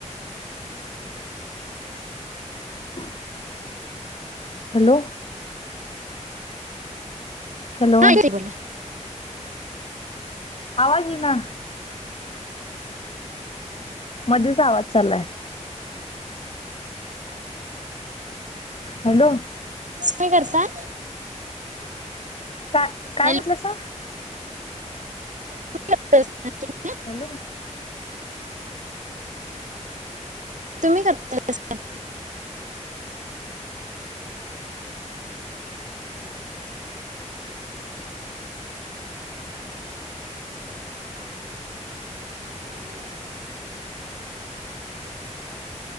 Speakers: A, on the left (about 50°); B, on the right (about 85°).
A: <inaudible> हॅलो. हॅलो
B: हां, येतंय बोला.
A: आवाज इना. मधीच आवाज चालाय. हॅलो.
B: <unintelligible> करता.
A: काय, काय
B: हॅलो.
A: म्हटला सा.
B: <unintelligible>
A: हॅलो.
B: तुम्ही करता <unintelligible> <inaudible>